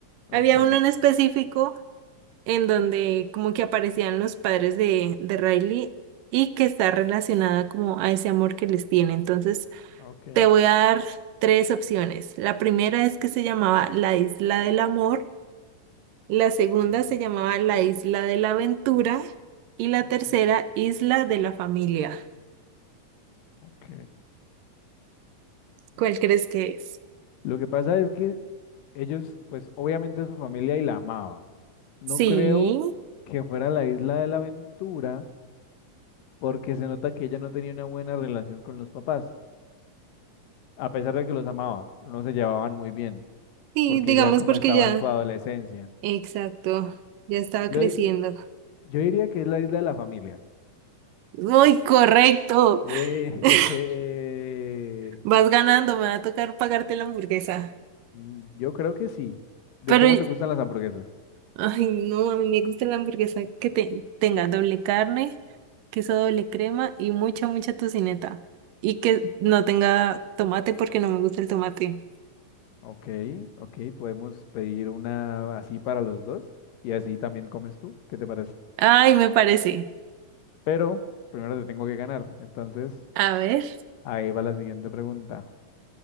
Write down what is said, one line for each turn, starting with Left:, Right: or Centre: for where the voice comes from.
Left: Ok,
Right: Había uno en específico en donde como que aparecían los padres de, de Riley y que está relacionada como a ese amor que les tiene. Entonces
Left: ok.
Right: te voy a dar tres opciones. La primera es que se llamaba la Isla del Amor. La segunda
Left: mm,
Right: se llamaba la Isla de la Aventura y la
Left: Ok,
Right: tercera Isla de la Familia.
Left: ok.
Right: ¿Cuál crees que es?
Left: Lo que pasa es que ellos, pues obviamente su familia y la amaba. No
Right: Sí,
Left: creo que fuera la isla de la aventura. porque se nota que ella no tenía una buena relación con los papás, a pesar de que los amaba, no se llevaban muy bien,
Right: sí,
Left: porque
Right: digamos
Left: ya como
Right: porque
Left: estaba
Right: ya.
Left: en su adolescencia.
Right: Exacto, ya estaba
Left: Yo,
Right: creciendo.
Left: yo diría que es la isla de la familia.
Right: ¡Uy, correcto!
Left: Eh,
Right: <laughs> Vas ganando, me va a tocar pagarte la hamburguesa.
Left: <laughs> yo creo que sí. ¿De
Right: Pero
Left: cómo te gustan las hamburguesas?
Right: Ay, no, a mí me gusta la hamburguesa que te- tenga doble carne, queso doble crema y mucha, mucha tocineta. Y que no tenga tomate porque no me gusta el tomate.
Left: Ok, ok, podemos pedir una así para los dos y así también comes tú, ¿qué te parece?
Right: Ay, me parece.
Left: Pero primero te tengo que ganar, entonces
Right: A ver,
Left: ahí va la siguiente pregunta.